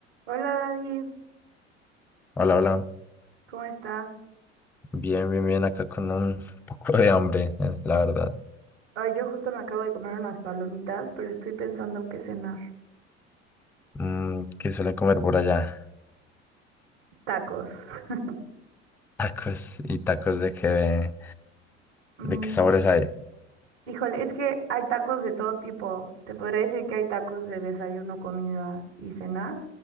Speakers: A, on the right; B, in the centre.
A: Hola David,
B: Hola, hola.
A: ¿cómo estás?
B: Bien, bien, bien. Acá con un poco de hambre, eh, la verdad.
A: Ay, yo justo me acabo de comer unas palomitas, pero estoy pensando qué cenar.
B: Mm, ¿qué suelen comer por allá?
A: Tacos. <laughs>
B: <laughs> Tacos y tacos de qué, de,
A: Mm,
B: de qué sabores hay.
A: híjole, es que hay tacos de todo tipo. Te podría decir que hay tacos de desayuno, comida y cena.